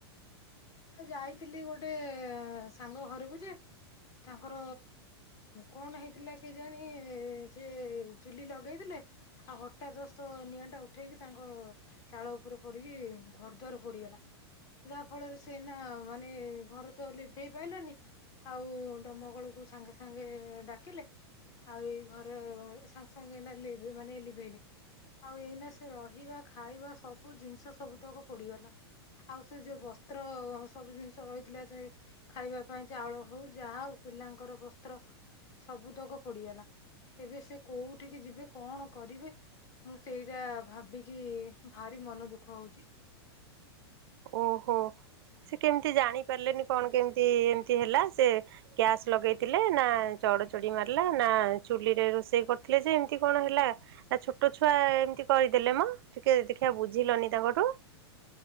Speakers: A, on the left (about 25°); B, on the right (about 60°).
A: ଆଉ ଯାଇଥିଲି ଗୋଟେ ସାଙ୍ଗ ଘରକୁ ଯେ ତାଙ୍କର କଣ ହେଇଥିଲା କି ଜାଣି ସେ ଚୁଲି ଲଗେଇଥିଲେ ଆଉ ହଠାତ୍ ଦସ୍ତ ନିଆଁ ଟା ଉଠେଇକି ତାଙ୍କ ଚାଳ ଉପରେ ପଡିକି ଘର ଦ୍ୱାର ପୋଡିଗଲା ଯାହା ଫଳରେ ସେନା ମାନେ ଘରେ ତ ଲିଭେଇ ପାଇଲାନି ଆଉ ଡମକୋଳକୁ ସାଙ୍ଗେ ସାଙ୍ଗେ ଡାକିଲେ ଆଉ ଏଇ ଘରେ ସାଙ୍ଗେ ସାଙ୍ଗେ ଏଇନା ଲିଭ୍ ଲିଭେଇଲେ ଆଉ ଏଇନା ସେ ରହିବା ଖାଇବା ସବୁ ଜିନିଷ ସବୁତକ ପୋଡିଗଲା ଆଉ ସେ ଯୋଉ ବ ତ୍ର ସବୁ ଜିନିଷ ରହିଥିଲା ସେ ଖାଇବା ପାଇଁ ଚାଉଳ ହଉ ଯାହା ହଉ ପିଲାଙ୍କର ବସ୍ତ୍ର ସବୁ ତକ ପୋଡିଗଲା ଏବେ ସେ କୋଉଠିକି ଯିବେ କଣ କରିବେ ମୁଁ ସେଇଟା ଭାବିକି ଭାରି ମନ ଦୁଃଖ ହୋଉଚି।
B: ଓହୋ ସେ କେମିତି ଜାଣି ପାରିଲେନି କଣ କେମିତି ଏମତି ହେଲା ସେ ଗ୍ୟାସ୍ ଲଗେଇଥିଲେ ନା ଚଡ ଚଡି ମାରିଲା ନା ଚୁଲିରେ ରୋଷେଇ କରିଥିଲେ ଯେ ଏମିତି କଣ ହେଲା ନା ଛୋଟ ଛୁଆ ଏମିତି କରିଦେଲେ ମ ଟିକେ ଦେଖିବା ବୁଝିଲନି ତାଙ୍କଠୁ।